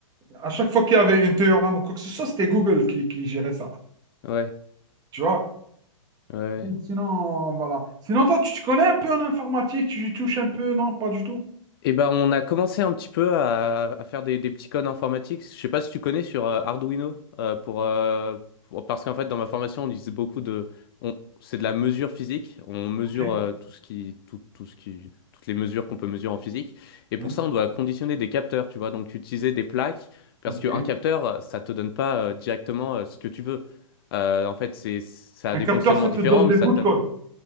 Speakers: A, on the right; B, on the left.
A: À chaque fois qu'il y avait un théorème ou quoi que ce soit, c'était Google qui, qui gérait ça,
B: ouais,
A: tu vois.
B: ouais.
A: Donc, sinon, voilà. Sinon, toi, tu te connais un peu en informatique, tu y touches un peu? Non, pas du tout.
B: Eh ben, on a commencé un petit peu à, à faire des, des petits codes informatiques. Je sais pas si tu connais sur euh, Arduino, euh, pour, euh, pour- parce qu'en fait dans ma formation on disait beaucoup de, on, c'est de la mesure physique. On mesure
A: OK.
B: euh, tout ce qui, tout, tout ce qui, toutes les mesures qu'on peut mesurer en physique. Et
A: Hmm.
B: pour ça on doit conditionner des capteurs, tu vois. Donc utiliser des plaques parce
A: OK.
B: qu'un capteur euh, ça te donne pas euh, directement euh, ce que tu veux. Euh, en fait c'est, ça
A: Un
B: a des
A: capteur,
B: fonctionnements
A: ça
B: différents,
A: te donne des
B: mais ça
A: bouts
B: te
A: de
B: donne
A: code.